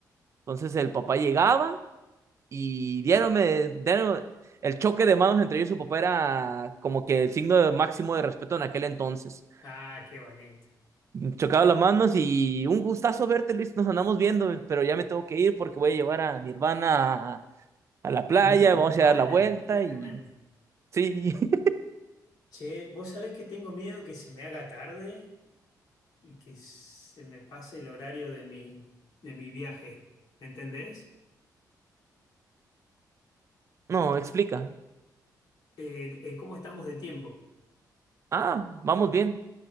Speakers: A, on the right; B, on the left.
A: Entonces el papá llegaba y dieron, me- dieron- el choque de manos entre yo y su papá era como que el signo de máximo de respeto en aquel entonces.
B: Ah, qué bonito.
A: chocaba las manos y un gustazo verte, Luis. Nos andamos viendo, pero ya me tengo que ir porque voy a llevar a mi hermana a, a la playa,
B: Nirvana,
A: vamos a dar la vuelta
B: qué tremendo.
A: y sí. <laughs>
B: Che, vos sabés que tengo miedo que se me haga tarde y que se me pase el horario de mi, de mi viaje. ¿Me entendés?
A: No, explica.
B: Eh, eh, ¿cómo estamos de tiempo?
A: Ah, vamos bien.